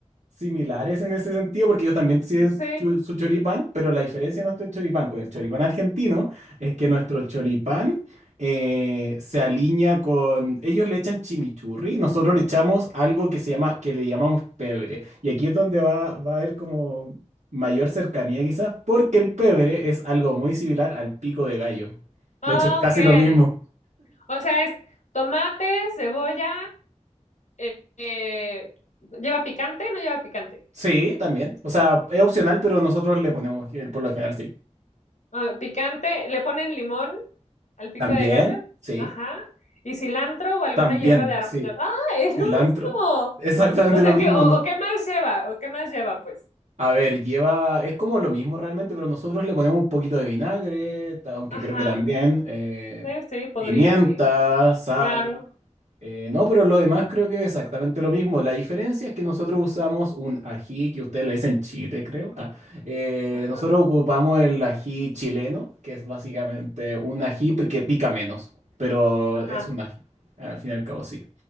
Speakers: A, on the right; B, on the left.
A: similares en ese sentido, porque ellos también tienen
B: Sí,
A: chu- su choripán, pero la diferencia de nuestro choripán con el choripán argentino es que nuestro choripán eh, se alinea con... Ellos le echan chimichurri, nosotros le echamos algo que se llama, que le llamamos pebre. Y aquí es donde va, va a haber como mayor cercanía quizás, porque el pebre es algo muy similar al pico de gallo.
B: ok.
A: De hecho, es casi lo mismo.
B: O sea, es tomate, cebolla, eh, eh, ¿lleva picante? ¿No lleva picante?
A: Sí, también. O sea, es opcional, pero nosotros le ponemos, eh, por lo general, sí.
B: Ah, picante, le ponen limón al pico
A: También,
B: de gallo,
A: sí.
B: ajá, y cilantro o alguna
A: También,
B: hierba de arroz.
A: sí,
B: ¿no? Ah, es lo
A: cilantro.
B: mismo.
A: Exactamente
B: O sea
A: lo mismo,
B: que, o,
A: ¿no?
B: o qué más lleva, o qué más lleva, pues.
A: A ver, lleva, es como lo mismo realmente, pero nosotros le ponemos un poquito de vinagre, ta- aunque
B: Ajá,
A: creo que también eh,
B: eh, sí, podría,
A: pimienta,
B: sí,
A: sal.
B: claro.
A: eh, no, pero lo demás creo que es exactamente lo mismo. La diferencia es que nosotros usamos un ají, que ustedes le dicen chile, creo. Ah, eh,
B: Ajá,
A: nosotros ocupamos el ají chileno, que es básicamente un ají pe- que pica menos, pero
B: ajá,
A: es un ají, al fin y al cabo, sí.